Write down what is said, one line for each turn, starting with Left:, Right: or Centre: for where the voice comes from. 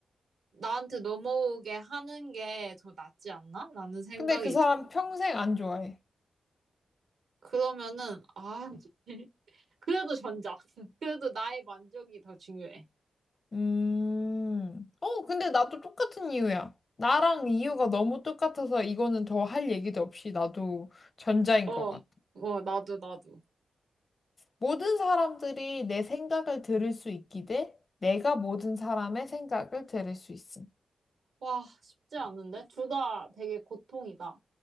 Right: 나한테 넘어오게 하는 게 더 낫지 않나? 라는 생각이
Left: 근데 그 사람
Right: 들어요.
Left: 평생 안 좋아해.
Right: 그러면은, 아, <laughs> 그래도 전자. <laughs> 그래도 나의 만족이 더 중요해.
Left: 음. 어, 근데 나도 똑같은 이유야. 나랑 이유가 너무 똑같아서 이거는 더 할 얘기도 없이 나도 전자인
Right: 어,
Left: 것 같아.
Right: 어, 나도, 나도.
Left: 모든 사람들이 내 생각을 들을 수 있기 대 내가 모든 사람의 생각을 들을 수 있음.
Right: 와, 쉽지 않은데? 둘 다 되게 고통이다.